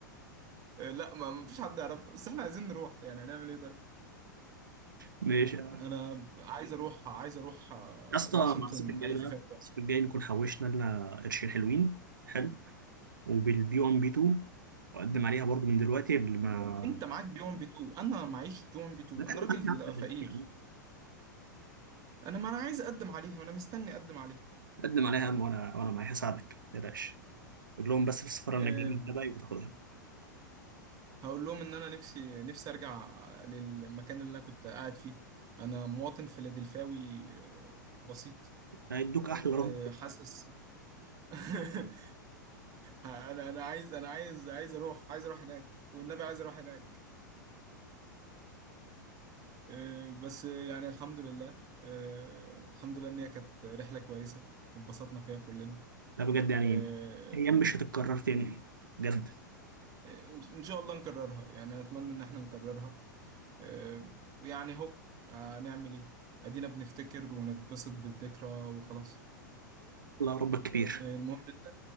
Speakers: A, on the right; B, on the right.
A: آه، لا ما ما فيش حد يعرف بس احنا عايزين نروح يعني هنعمل ايه طيب
B: ماشي يا
A: انا عايز اروح عايز اروح آه،
B: اسطى
A: واشنطن
B: مع الصيف الجاي
A: الف
B: بقى
A: فيها شوية.
B: الصيف الجاي نكون حوشنا لنا قرشين حلوين حلو وبالبي 1 بي 2 اقدم عليها برضو من دلوقتي قبل ما
A: انت معاك بي 1 بي 2 انا معيش بي 1 بي 2
B: ما تقدم
A: انا راجل
B: عليها يا عم من
A: فقير
B: دلوقتي يا عم
A: انا ما انا عايز اقدم عليها وانا مستني اقدم عليها
B: قدم عليها يا عم وانا وانا معاك هساعدك ما تقلقش قول لهم بس في السفاره
A: آه،
B: انك جاي من تبعي وتاخدها
A: هقول لهم ان انا نفسي نفسي ارجع للمكان اللي انا كنت قاعد فيه انا مواطن فيلادلفاوي آه، بسيط
B: هيدوك احلى
A: آه،
B: رفض
A: حاسس <laughs> انا انا عايز انا عايز عايز اروح عايز اروح هناك والنبي عايز اروح هناك آه، بس يعني الحمد لله آه، الحمد لله ان هي كانت رحلة كويسة اتبسطنا فيها كلنا
B: لا بجد يعني
A: آه،
B: ايام مش هتتكرر تاني بجد
A: آه، ان شاء الله نكررها يعني اتمنى ان احنا نكررها آه، ويعني هو آه، نعمل ايه ادينا بنفتكر ونتبسط بالذكرى وخلاص
B: الله ربك كبير
A: آه، المهم انت